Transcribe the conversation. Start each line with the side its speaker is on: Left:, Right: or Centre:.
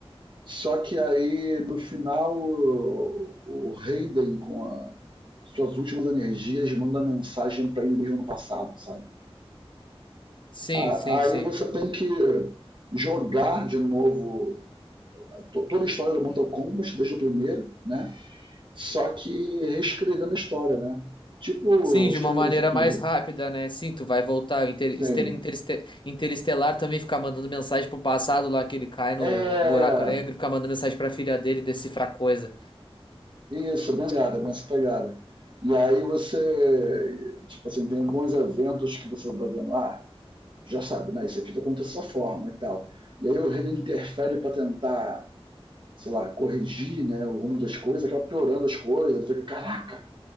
Right: Só que aí, no final, o o Raiden, com a, suas últimas energias, manda mensagem para ele mesmo no passado, sabe?
Left: Sim,
Right: A-
Left: sim,
Right: Aí
Left: sim.
Right: você tem que jogar de novo to- toda a história do Mortal Kombat, desde o primeiro, né? Só que reescrevendo a história, né? Tipo
Left: Sim, de
Right: Exterminador
Left: uma maneira
Right: do Futuro.
Left: mais rápida, né? Sim, tu vai voltar. Inter,
Right: Sim.
Left: Inter- Intereste- Interestelar também ficar mandando mensagem pro passado lá que ele cai no
Right: É.
Left: buraco negro, ficar mandando mensagem pra filha dele decifrar coisa.
Right: Isso, bem pegada, bem essa pegada. E aí você. Tipo assim, tem alguns eventos que você vai vendo lá, já sabe, né? Isso aqui vai acontecer dessa forma e tal. E aí o rei interfere pra tentar, sei lá, corrigir, né, o rumo das coisas, acaba piorando as coisas, fica, caraca!